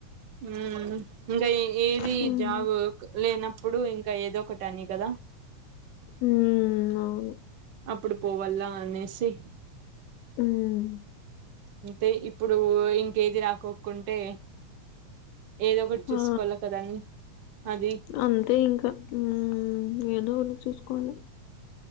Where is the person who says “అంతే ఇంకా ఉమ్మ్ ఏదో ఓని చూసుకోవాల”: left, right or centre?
Left